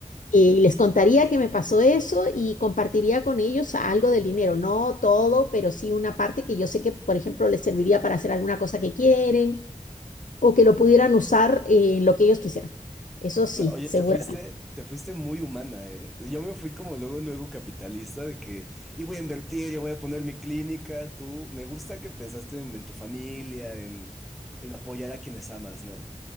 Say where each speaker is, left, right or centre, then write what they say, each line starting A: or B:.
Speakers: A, on the left (about 80°); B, in the centre.
A: eh, Y les contaría que me pasó eso y compartiría con ellos algo del dinero, no todo, pero sí una parte que yo sé que, por ejemplo, les serviría para hacer alguna cosa que quieren o que lo pudieran usar eh, en lo que ellos quisieran. Eso sí,
B: La- Oye,
A: seguramente.
B: te fuiste, te fuiste muy humana, ¿eh? Yo me fui como luego, luego capitalista de que, y voy a invertir, y voy a poner mi clínica, tú. Me gusta que pensaste en, en tu familia, en, en apoyar a quienes amas, ¿no?